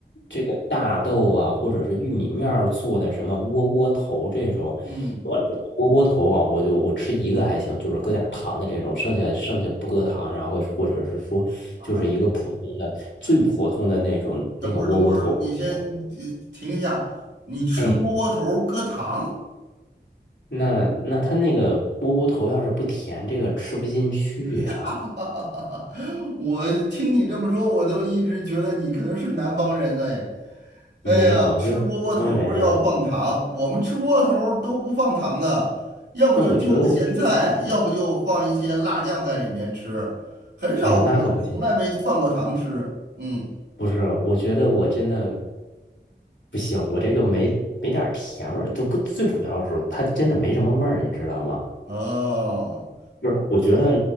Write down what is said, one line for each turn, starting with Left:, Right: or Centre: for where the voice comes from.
Left: 这个大豆啊，或者是玉米面儿做的什么窝窝头这种，
Right: 嗯，
Left: 我窝窝头啊，我就我吃一个还行，就是搁点儿糖的这种，剩下剩下不搁糖，然后或者是说就是一个普通的最普通的那种那个窝窝头不行，
Right: 啊，等会儿等会儿，你先呃停一下，你吃窝窝头儿搁糖？
Left: 哎。那那他那个窝窝头要是不甜，这个吃不进去呀、
Right: <laughs> 我听你这么说，我都一直觉得你可能是南方人呢。哎
Left: 没有，
Right: 哎呀，吃窝窝头儿要放糖，
Left: 就当然呀、
Right: 我们吃窝窝头儿都不放糖的，要不就就个咸菜，
Left: 那我觉得我吃不进。
Right: 要不就放一些辣酱在里面吃，很少，
Left: 哎呦，
Right: 我从来没放过糖吃。
Left: 那可不行。
Right: 嗯，
Left: 不是，我觉得我真的不行，我这个没没点儿甜味儿，就最主要是它真的没什么味儿，你知道吗？
Right: 哦，
Left: 不是，我觉得，